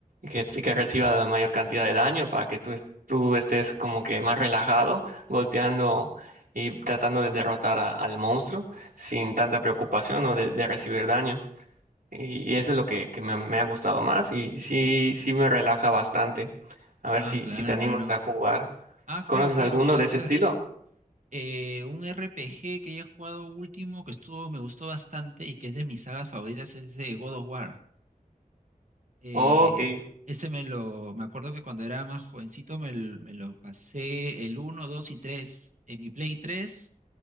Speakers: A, on the right; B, on the right.
A: que, sí que reciba la mayor cantidad de daño para que tú, est- tú estés como que más relajado, golpeando y tratando de derrotar a- al monstruo sin tanta preocupación o de, de recibir daño. Y, y eso es lo que, que me, me ha gustado más y sí, sí me relaja bastante. A
B: Ah,
A: ver si,
B: claro,
A: si te animas
B: claro.
A: a jugar.
B: Ah, claro,
A: ¿Conoces
B: claro,
A: alguno
B: puede
A: de
B: ser.
A: ese estilo?
B: Eh, un RPG que he jugado último, que estuvo, me gustó bastante y que es de mis sagas favoritas, es de God of War. Eh,
A: Ok.
B: ese me lo, me acuerdo que cuando era más jovencito me, l- me lo pasé el uno 2 y 3 en mi Play tres